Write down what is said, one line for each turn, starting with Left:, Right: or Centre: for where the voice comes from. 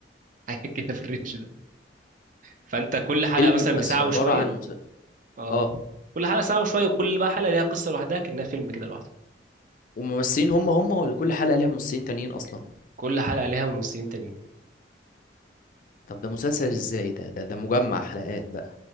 Right: <laughs> حاجه كده في الرينج ده فانت كل حلقه
Left: فيلم
Right: مثلا
Left: بس
Right: بساعه
Left: عبارة
Right: وشويه
Left: عن مس...
Right: اه
Left: اه
Right: كل حلقه ساعه وشويه وكل بقى حلقه ليها قصه لوحدها كأنها فيلم كده لوحده
Left: وممثلين هم هم ولا كل حلقة ليها ممثلين تانيين اصلا
Right: كل حلقه ليها ممثلين تانيين
Left: طب ده مسلسل ازاي ده ده ده مجمع حلقات بقى